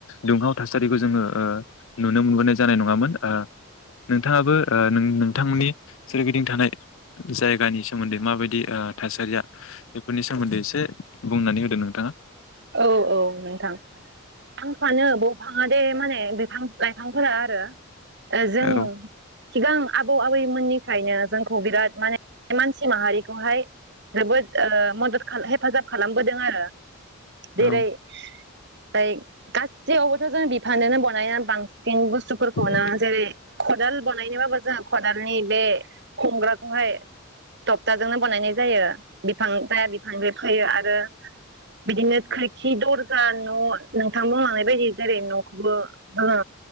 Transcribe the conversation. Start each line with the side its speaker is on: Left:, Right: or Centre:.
Left: दुंहाव थासारिखौ जोङो ओ नुनो मोनबोनाय जानाय नङामोन। ओ नोंथाङाबो ओ नों नोंथांमोननि सोरगिदिं थानाय जायगानि सोमोन्दै माबायदि ओ थासारिया बे बेफोरनि सोमोन्दै एसे बुंनानै होदो नोंथाङा।
Right: औ औ नोंथां आं सानो दंफाङा दे माने बिफां लाइफांफोरा आरो जों
Left: औ
Right: सिगां आबौ आबैमोननिफ्रायनो जोंखौ बिराद माने मानसि माहारिखौहाय जोबोद ओ मदद खा हेफाजाब खालामबोदों आरो। जेरै
Left: औ
Right: ओमफाइ गासैयावबोथ' जों बिफानजोंनो बनायनानै बां सिन बुस्थुफोरखौनो
Left: औ
Right: जेरै खदाल बनायनोबाबो जोङो खदालनि बे हमग्रा बेखौहाय तकथाजोंनो बनायनाय जायो। बिफां जाया बिफां बे फैयो आरो ओ बिदिनो खै खि दरजा न' नोंथांमोनालाय बे बादि जेरै न'खैबो जोङो